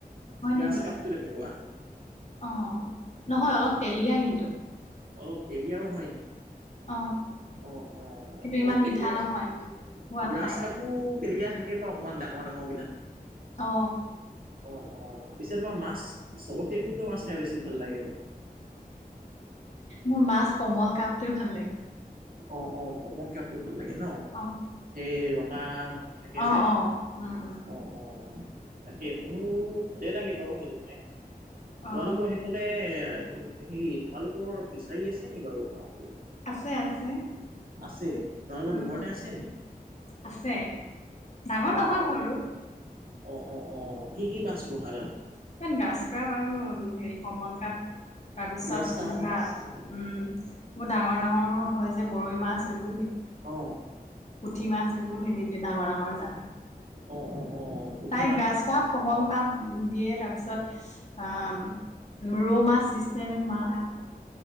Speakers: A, on the left; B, on the right.
A: হয়
B: গ্ৰাছ
A: নেকি?
B: কাপটো তেনেকুৱা
A: অ' নহয়
B: অ',
A: অলপ তেলীয়া কিন্তু!
B: অলপ তেলীয়াও হয় নি?
A: অ'।
B: অ', অ'
A: কিন্তু
B: অলপ
A: ইমান
B: তেলীয়াই
A: মিঠা নহয়
B: যদি,
A: সোৱাদ
B: গ্ৰাছকাপো
A: নাই
B: তেলীয়া থাকে। থাকে বাৰু অকমান ডাঙৰ- ডাঙৰবিলাক।
A: অ
B: অ' অ' পিছে তোমাৰ মাছ, চবতকে কোনটো মাছ খাই বেছি ই ভাল লাগে বা।
A: মোৰ মাছ কমল কাপটো ভাল লাগে
B: অ অ কমন কাপটো ভাল লাগে ন
A: অ
B: সেই ৰঙা থাকে
A: অ
B: যে
A: অ উম উম
B: অ অ। তাকে মোৰ ভালে লাগে বাৰু সেইটো খাই
A: অ
B: তোমালোকৰ সেইফালে সেই তোমালোকৰ ফিচাৰী আছে নি বাৰু গাও ফালে
A: আছে আছে
B: আছে তোমালোকৰ
A: উম
B: ঘৰতে আছে নি?
A: আছে ডাঙৰ
B: অ',
A: নহয়
B: অ'।
A: সৰু
B: অ
A: উ
B: অ অ কি কি মাছ পোহা তাত?
A: ইমান গাজ কাপ আৰু হেৰি কমল কাৰাপ। তাৰ পিছত
B: গ্ৰাছ কাপ
A: ধৰা
B: আৰু শ'ল কাপ।
A: উম মোৰ ডাঙৰ ডাঙৰ হয় যে গৰৈ মাছ এইব
B: অ
A: পুঠি মাছ এইবোৰ মেলি দিয়ে ডাঙৰ ডাঙৰ জা
B: অ অ অ উঠি
A: প্ৰাই গছ কাপ কমল কাপ দিয়ে তাৰপিছত। ৰৌ মাছ দিছেনে মায় আকৌ।